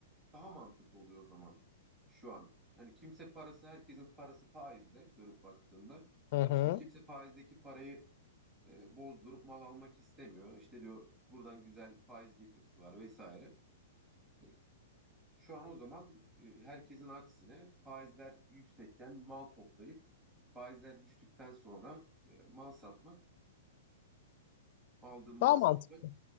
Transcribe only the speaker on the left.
Hı hı.
Daha
mantıklı.